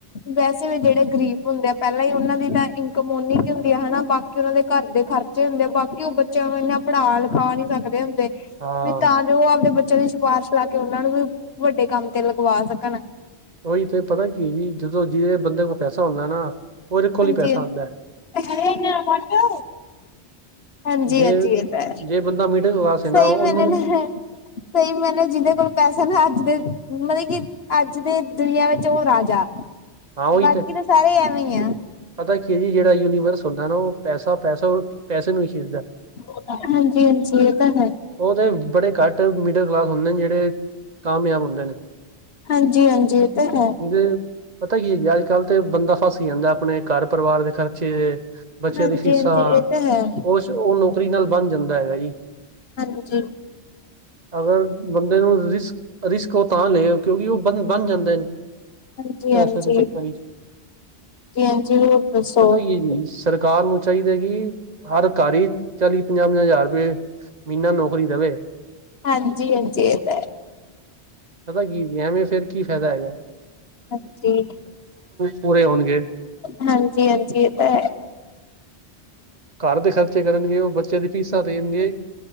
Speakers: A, on the left; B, on the right.
A: ਵੈਸੇ ਵੀ ਜੜੇ ਗ਼ਰੀਬ ਹੁੰਦੇ ਆ ਪੈਲਾਂ ਈ ਓਨਾਂ ਦੀ ਤਾਂ ਇੰ ਕਮ ੳਨੀ ਕੀ ਹੁੰਦੀ ਐ ਹੈਨਾ, ਬਾਕੀ ਓਹਨਾਂ ਦੇ ਘਰ ਦੇ ਖਰਚੇ ਹੁੰਦੇ ਆ, ਬਾਕੀ ਓ ਬੱਚੇਆਂ ਨੂੰ ਏਨਾਂ ਪੜ੍ਹਾ ਲਿਖਾ ਨੀ ਸਕਦੇ ਹੁੰਦੇ।
B: ਹਾਂ
A: ਵੀ ਤਾਂ ਜੋ ਓ ਆਪਦੇ ਬੱਚੇਆਂ ਦੀ ਸਿਫਾਰਸ਼ ਲਾ ਕੇ ਓਨਾਂ ਨੂੰ ਵੀ ਵੱਡੇ ਕੰਮ ਤੇ ਲਗਵਾ ਸਕਣ।
B: ਓਈ ਤੇ ਪਤੈ ਕੀ ਈ ਜਦੋਂ ਜਿਵੇਂ ਬੰਦੇ ਕੋਲ ਪੈਸਾ ਹੁੰਦੈ ਨਾ ਉਹਦੇ ਕੋਲ
A: ਹਾਂਜੀ।
B: ਹੀ ਪੈਸਾ
A: ਐ
B: ਆਉਂਦਾ
A: ਹੈ ਈ ਏੱਕ ਨਯਾ ਕਰਕੇ। ਹਾਂਜੀ-ਹਾਂਜੀ
B: ਜੇ
A: ਏ ਤਾਂ ਐ।
B: ਜੇ ਬੰਦਾ ਮਿਡਲ ਕਲਾਸ ਹੈ
A: ਸਈ
B: ਨਾ ਉਹਨੂੰ
A: ਮੈਨੇ <unintelligible> ਸਈ ਮੈਨੇ ਜਿਦੇ ਕੋਲ ਪੈਸੇ ਨਾ ਅੱਜ ਦੇ ਮੇਯ ਕਿ ਅੱਜ ਦੇ ਦੁਨੀਆਂ ਵੇੱਚ ਓ ਰਾਜਾ।
B: ਹਾਂ ਉਹੀ
A: ਬਾਕੀ
B: ਤੇ
A: ਤਾਂ ਸਾਰੇ ਐਵੇਂ ਈ ਐ।
B: ਪਤਾ ਕੀ ਏ ਜੜਾ ਯੂਨੀਵਰਸ- ਬੰਦਾ ਨਾ ਓ ਪੈਸਾ-ਪੈਸਾ ਓ ਪੈਸੇ ਨੂੰ ਈ ਖਿੱਚਦੈ।
A: ਹਾਂਜੀ ਹਾਂਜੀ ਇਹ ਤਾਂ ਹੈ
B: ਓ ਤੇ ਬੜੇ ਘੱਟ ਮਿਡਲ ਕਲਾਸ ਹੁੰਦੇ ਨੇ ਜੜੇ ਕਾਮਯਾਬ ਹੁੰਦੇ ਨੇ।
A: ਹਾਂਜੀ-ਹਾਂਜੀ ਏ ਤਾਂ ਹੈ।
B: ਤੁ, ਪਤੈ ਕੀ ਏ ਅੱਜ ਕਾੱਲ ਤੇ ਬੰਦਾ ਫਸ ਈ ਜਾਂਦੈ ਆਪਣੇ ਘਾਰ ਪਰਿਵਾਰ ਦੇ ਖਰਚੇ ਬੱਚੇਆਂ
A: ਹਾਂਜੀ
B: ਦੀ ਫੀਸਾਂ
A: ਹਾਂਜੀ ਇਹ ਤਾਂ ਹੈ
B: ਓਸ ਓ ਨੌਕਰੀ ਨਾਲ ਬੰਨ ਜਾਂਦਾ ਹੈਗਾ ਜੀ
A: ਹਾਂਜੀ।
B: ਅਗਰ ਬੰਦੇ ਨੂੰ ਰਿਸਕ, ਰਿਸਕ ਓ ਤਾਂ ਲਏ ਕਿਉਕਿ ਓ ਬਨ, ਬੰਨ ਜਾਂਦੇ ਨ
A: ਹਾਂਜੀ
B: ਪੈਸਾ
A: ਹਾਂਜੀ
B: ਦੇ ਚੱਕਰ ਇੱਚ।
A: ਜੀ ਹਾਂਜੀ ਹੋਰ ਦੱਸੋ
B: ਪਤੈ ਕੀ ਏ <unintelligible> ਸਰਕਾਰ ਨੂੰ ਚਾਈਦੈ ਕਿ ਹਰ ਘਰ ਈ ਚਾਲੀ, ਪੰਜਾ-ਪੰਜਾ ਹਜ਼ਾਰ ਰਪਏ ਮੀਨਾ ਨੌਕਰੀ ਦੇਵੇ।
A: ਹਾਂਜੀ ਹਾਂਜੀ ਇਹ ਤਾਂ ਹੈ
B: ਪਤੈ ਕੀ ਹੈਗੀ ਏ ਐਵੇਂ ਫੇਰ ਕੀ ਫੈਦਾ ਹੈਗੈ।
A: ਹਾਂਜੀ, <unintelligible>
B: ਪੂਰੇ ਹੋਣਗੇ
A: ਹਾਂਜੀ-ਹਾਂਜੀ ਇਹ ਤਾਂ ਹੈ।
B: ਘਾਰ ਦੇ ਖਰਚੇ ਕਰਨਗੇ ਓ ਬੱਚੇਆਂ ਦੀ ਫੀਸ ਤਾ ਦੇਨਗੇ